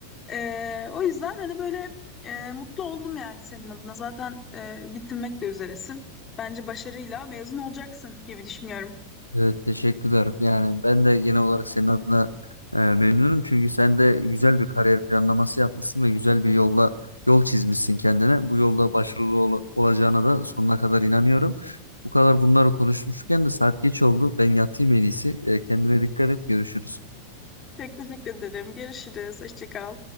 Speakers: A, on the left; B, on the left.
A: Ee, o yüzden hani böyle e, mutlu oldum yani senin adına. Zaten e, bitirmek de üzeresin. Bence başarıyla mezun olacaksın gibi düşünüyorum.
B: Evet, teşekkürler. Yani ben de genel olarak senin adına e, memnunum. Çünkü sen de güzel bir kariyer planlaması yapmışsın ve güzel bir yolla yol çizmişsin kendine. Bu yolda başarılı ol- olacağına da sonuna kadar inanıyorum. Bu kadar bunları konuşmuşken de saat geç oldu. Ben yatayım en iyisi. E, kendine dikkat et. Görüşürüz.
A: Çok teşekkür ederim. Görüşürüz. Hoşça kal.